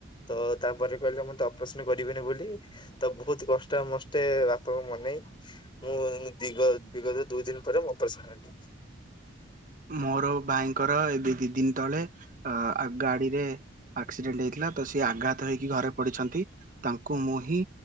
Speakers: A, on the left (about 25°); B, on the right (about 40°).
A: ତ ତାପରେ କହିଲେ, ମୁଁ ତ ଅପରେସନ କରିବିନି ବୋଲି ତ ବହୁତ କଷ୍ଟେ ମଷ୍ଟେ ବାପାଙ୍କୁ ମନେଇ ମୁଁ ଦିଗ, ବିଗତ ଦୁଇ ଦିନ ପରେ ମୁଁପରେ ଅପରେସନ ହେଲି।
B: ମୋର ଭାଇଙ୍କର ଏବେ ଦି ଦିନ ତଳେ, ଅ ଗାଡିରେ ଆକ୍ସିଡେଣ୍ଟ ହେଇଥିଲା ତ ସିଏ ଆଘାତ ହେଇକି ଘରେ ପଡିଛନ୍ତି, ତାଙ୍କୁ ମୁଁ ହିଁ